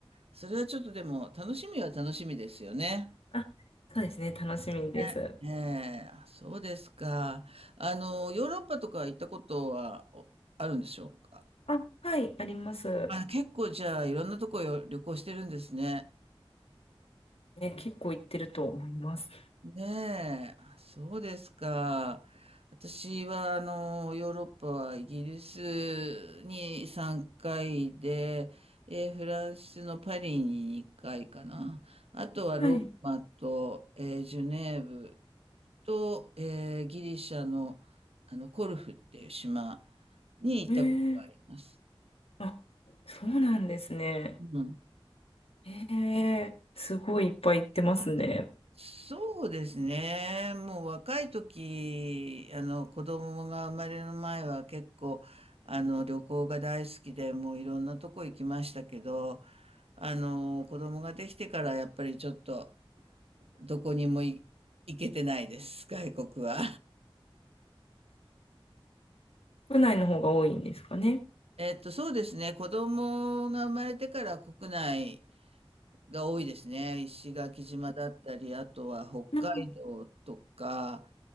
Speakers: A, on the right; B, on the left.
A: それはちょっとでも楽しみは楽しみですよね。
B: あ、そうですね。楽しみです。
A: ね、ええ、あそうですか。あの、ヨーロッパとか行ったことはおあるんでしょうか。
B: あ、はい、あります。
A: あ、結構じゃあいろんなとこよ旅行してるんですね。
B: ね、結構行ってると思います。
A: ねえ、あ、そうですか。私は、あの、ヨーロッパはイギリスに3回で、えーフランスのパリに2回かな。あとはローマと、
B: はい。
A: えージュネーブと、えーギリシャの、あの、コルフっていう島に行ったことがあります。
B: えー、あ、そうなんですね。
A: うん。
B: えー、すごいいっぱい行ってますね。
A: そうですね。もう若い時、あの子供が生まれる前は結構、あの旅行が大好きで、もういろんなとこ行きましたけど、あの子供ができてからやっぱりちょっとどこにもい行けてないです、外国は。
B: 国内の方が多いんですかね。
A: <laughs> えっと、そうですね。子供が生まれてから国内が多いですね。石垣島だったり、あとは北海道とか、
B: うん